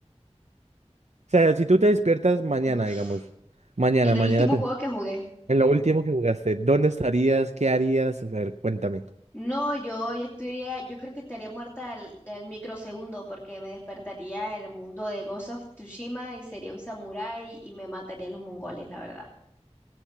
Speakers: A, on the right; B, on the left.
A: O sea, si tú te despiertas mañana,
B: Uf.
A: digamos, mañana,
B: En el
A: mañana,
B: último
A: te-
B: juego que jugué.
A: en lo último que jugaste, ¿dónde estarías? ¿Qué harías? A ver, cuéntame.
B: No, yo, yo estaría, yo creo que estaría muerta al, al microsegundo porque me despertaría en el mundo de Ghost of Tsushima y sería un samurái y me matarían los mongoles, la verdad.